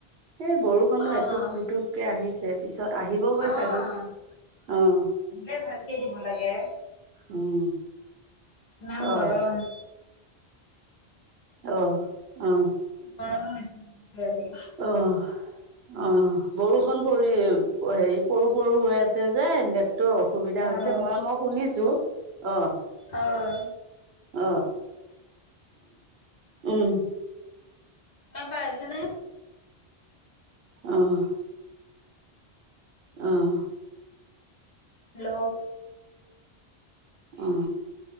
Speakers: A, on the right; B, on the left.
A: এই বৰষুণ খনো
B: অ'।
A: এটুপ দুটুপকে আহিছে পিছত আহিব গৈ
B: অ',
A: চাগৈ। অঁ।
B: দিলে ভালকে দিব লাগে।
A: উম।
B: ইমান
A: অ'
B: গৰম।
A: অ অ।
B: গৰমো দিছিল বু <unintelligible> আজি।
A: অহ। অ বৰষুণ পৰিল হেৰি পৰু পৰু হৈ আছে যে নেট নেটতো অসুবিধা
B: অ',
A: হৈছে মই মই শুনিছো অ
B: অ',
A: অ উম।
B: পায় আছে নে?
A: অহ। অহ।
B: হেল্ল'।
A: অ।